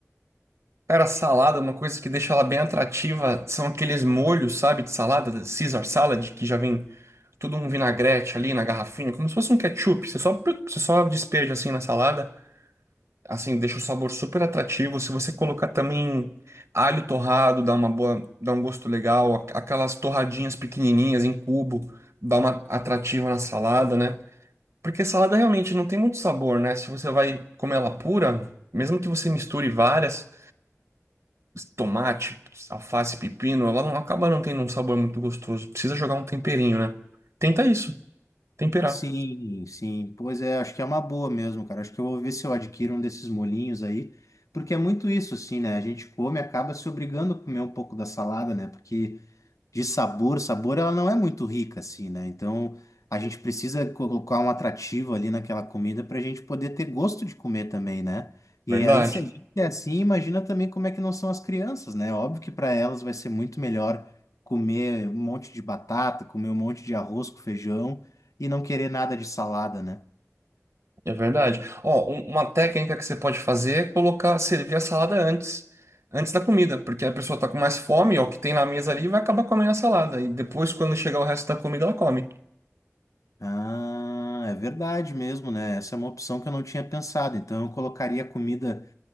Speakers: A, on the right; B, on the left.
A: Cara, salada, é uma coisa que deixa ela bem atrativa são aqueles molhos, sabe, de salada, Caesar salad, que já vem todo um vinagrete ali na garrafinha, como se fosse um ketchup. Você só, você só despeja assim na salada. assim, deixa o sabor super atrativo. Se você colocar também alho torrado, dá uma boa, dá um gosto legal. Aqu- Aquelas torradinhas pequenininhas em cubo, dá uma atrativa na salada, né? Porque salada realmente não tem muito sabor, né? Se você vai comer ela pura, mesmo que você misture várias, tomate, alface, pepino, ela não acaba não tendo um sabor muito gostoso. Precisa jogar um temperinho, né? Tenta isso, temperar.
B: Sim, sim. Pois é, acho que é uma boa mesmo, cara. Acho que eu vou ver se eu adquiro um desses molhinhos aí, porque é muito isso, assim, né? A gente come e acaba se obrigando a comer um pouco da salada, né? Porque de sabor, sabor ela não é muito rica assim, né? Então a gente precisa colocar um atrativo ali naquela comida para a gente poder ter gosto de comer também, né? E
A: Verdade.
B: aí se a gente é assim, imagina também como é que não são as crianças, né? Óbvio que para elas vai ser muito melhor comer um monte de batata, comer um monte de arroz com feijão e não querer nada de salada, né?
A: É verdade. Ó, um- uma técnica que você pode fazer é colocar, servir a salada antes, antes da comida, porque a pessoa tá com mais fome, ó, o que tem na mesa ali vai acabar comendo a salada e depois quando chegar o resto da comida ela come.
B: Ah, é verdade mesmo, né? Essa é uma opção que eu não tinha pensado. Então eu colocaria comida